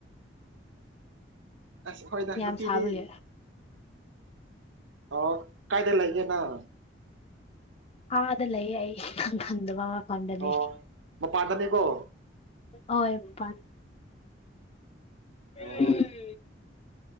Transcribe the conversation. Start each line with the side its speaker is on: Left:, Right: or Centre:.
Right: <inaudible> ꯑꯁ ꯍꯣꯏꯅ
Left: ꯌꯥꯝ
Right: ꯅꯨꯄꯤꯗꯤ
Left: ꯁꯥꯕꯒꯤ
Right: ꯑꯣ ꯀꯥꯏꯗ ꯂꯩꯒꯦ ꯅꯪ
Left: ꯑꯗꯥ ꯂꯩꯌ‌ꯦ ꯑꯩ <unintelligible> ꯈꯪ ꯈꯪꯗꯕ ꯃꯐꯝꯗꯅ‌ꯦ
Right: ꯑꯣ ꯃꯄꯥꯟꯗꯅꯦꯀꯣ
Left: ꯑꯑꯣꯏ ꯄꯥꯠ ꯎꯝ
Right: ꯑꯣ